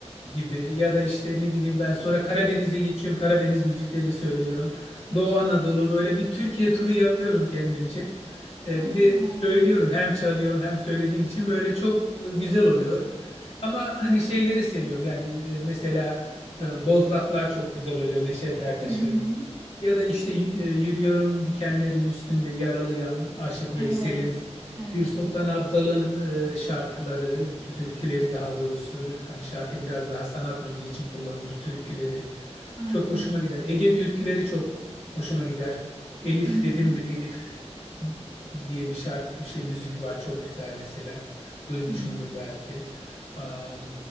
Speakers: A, on the left (about 60°); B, on the right (about 25°).
A: gibi ya da işte ne bileyim ben sonra Karadeniz'e geçiyorum Karadeniz müzikleri söylüyorum. Doğu Anadolu böyle bir Türkiye turu yapıyorum kendimce. E,
B: Öyle
A: bir de
B: güzel.
A: söylüyorum hem çalıyorum hem söylediğim için böyle çok e, güzel oluyor. Ama hani şeyleri seviyorum yani e, mesela e, Bozlaklar çok güzel oluyor Neşet Ertaş'ın.
B: Hı hı.
A: Ya da işte e, yürüyorum dikenlerin üstünde yaralıyam Aşık Veysel'im.
B: Evet. Evet.
A: Pür Sultan Abdal'ın e, şarkıları, t- türküleri daha doğrusu. Hani şarkı biraz daha sanat müziği için kullanılır türküleri.
B: Aynen.
A: Çok hoşuma gider. Ege türküleri çok hoşuma gider. Elif
B: Hı hı.
A: dedim be Elif diye bir şarkı şey müzik var çok güzel mesela. Duymuşsundur
B: Hı. hı.
A: belki. Am,